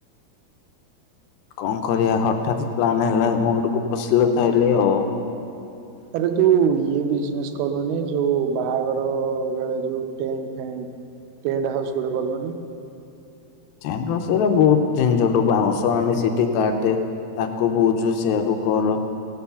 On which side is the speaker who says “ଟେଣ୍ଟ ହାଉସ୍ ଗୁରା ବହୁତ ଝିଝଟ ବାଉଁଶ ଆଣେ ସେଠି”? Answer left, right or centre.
Left